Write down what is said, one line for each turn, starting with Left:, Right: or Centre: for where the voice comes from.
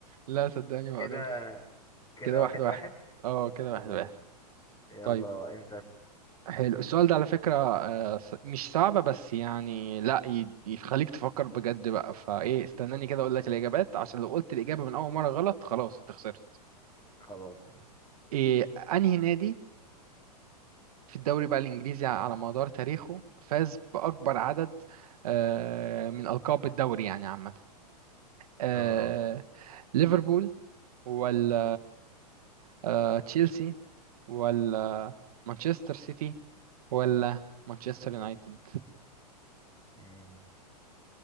Right: لا صدقني ما
Left: كده
Right: اقدرش
Left: كده
Right: كده
Left: واحد
Right: واحد واحد
Left: واحد
Right: اه كده
Left: خلاص
Right: واحد واحد
Left: يلا
Right: طيب
Left: انت اسأل.
Right: حلو السؤال ده على فكرة آه، ص- مش صعبة بس يعني لا ي- يخليك تفكر بجد بقى فايه استناني كده اقول لك الاجابات عشان لو قلت الاجابة من اول مرة غلط خلاص انت خسرت
Left: خلاص ماشي
Right: إيه انهي نادي في الدوري بقى الإنجليزي على مدار تاريخه فاز بأكبر عدد آه، من ألقاب الدوري يعني عامة آه،
Left: اه
Right: ليفربول ولا آه، تشيلسي ولا مانشستر سيتي ولا مانشستر يونايتد
Left: مم.